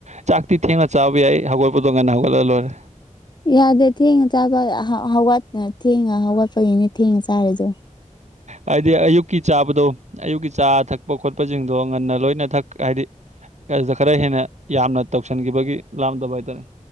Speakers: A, on the right (about 60°); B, on the left (about 35°).
A: ꯆꯥꯛꯇꯤ ꯊꯦꯡꯅ ꯆꯥꯕ ꯌꯥꯏ ꯍꯧꯒꯠꯄꯗꯣ ꯉꯟꯅ ꯍꯧꯒꯠꯂ ꯂꯣꯏꯔꯦ
B: ꯌꯥꯗꯦ ꯊꯦꯡꯅ ꯆꯥꯕ ꯍꯎꯠ-ꯍꯧꯎꯠꯅ ꯊꯦꯡꯅ ꯍꯧꯒꯠꯄꯒꯤꯅꯦ ꯊꯦꯡꯅ ꯆꯥꯔꯤꯗꯨ
A: ꯍꯥꯏꯗꯤ ꯑꯌꯨꯛꯀꯤ ꯆꯥꯕꯗꯣ ꯑꯌꯨꯛꯀꯤ ꯆꯥ ꯊꯛꯄ ꯈꯣꯠꯄꯁꯤꯡꯗꯣ ꯉꯟꯅ ꯂꯣꯏꯅ ꯃꯊꯛ ꯍꯥꯏꯗꯤ ꯑꯗꯨꯗ ꯈꯔ ꯍꯦꯟꯅ ꯌꯥꯝꯅ ꯇꯧꯁꯤꯟꯈꯤꯕꯒꯤ ꯂꯥꯝꯗꯕ ꯍꯥꯏꯇꯥꯔꯦ